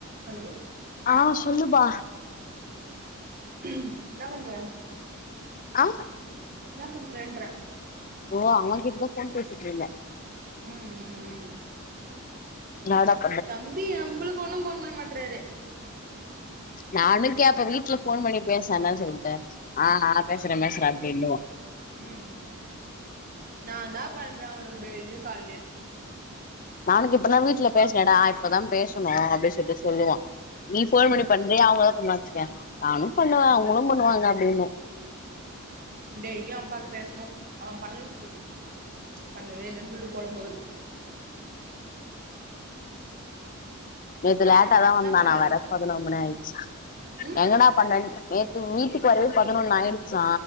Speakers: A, on the right; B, on the left.
A: Hello
B: ஆ சொல்லுபா
A: என்னா பண்ற?
B: ஆ
A: என்னா பண்றேன்ற
B: ஓ அவங்கிட்டதா போன் பேசிட்டுருந்தே
A: ம் ம் ம்
B: ன்னாடாப்
A: தம்பி நம்பளுக்கு ஒன்னு போன் பண்ண மாட்றாரு
B: நானு கேப்ப வீட்ல போன் பண்ணி பேசேன்டா சொல்ட்டு ஆ ஆ பேசுறே பேசுறே அப்டின்னுவா
A: ம் ம் நாந்தா பண்ற அவனுகு டெயலியு காலையிருந்
B: நானு கேப் இப்பதா வீட்ல பேசுனேடா இப்பதா பேசுனோ அப்டின் சொல்ட்டு சொல்லுவா நீ போன்
A: ம்
B: பண்ணி பண்ணுவியா அவங்களா பண்ணா வச்சிக்யா நானு பண்ணுவே அவங்களு பண்ணுவாங்க அப்டின்னு
A: டெய்லியு அப்பாக்கு பேசனு அவன் பண்ணலனு சொல்லிரு பண்ணவே இல்லன் சொல்ட்டு பொலம்புவாரு
B: நேத்து
A: என்னாவா
B: லேட்டாதா
A: என்ன
B: வந்தான
A: சொன்னாரு
B: வர பதினோரு மணி ஆயிச்சா
A: ம்
B: எங்கடா பண்ணேனு நேத் வீட்டுக்கு வரவே பதினொன்னு ஆயிடுச்சா